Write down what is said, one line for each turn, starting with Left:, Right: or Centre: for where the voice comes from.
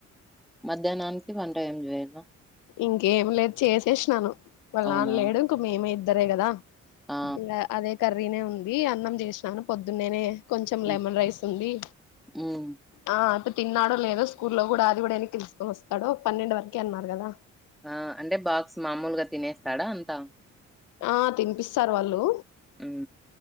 Centre: మధ్యాహ్నానికి వంట ఏం చేయావ
Left: ఇంకేం లేదు చేసేషినాను వాళ్ళ
Centre: అవునా
Left: నాన్న లేడు ఇంక మేమే ఇద్దరే కదా
Centre: ఆ
Left: ఇలా అదే కర్రీనే ఉంది అన్నం చేసినాను పొద్దున్నేనే కొంచెం
Centre: హ్మ్
Left: లెమన్ రైస్ ఉంది
Centre: హ్మ్.
Left: ఆ అయప్ప తిన్నాడో లేదో స్కూల్లో కూడా అది కూడా ఎన్నికి తీసుకొని వస్తాడో పన్నెండు వరకే అన్నారు కదా
Centre: ఆ అంటే బాక్స్ మామూలుగా తినేస్తాడా అంతా
Left: ఆ తినిపిస్తారు వాళ్ళు
Centre: ఊ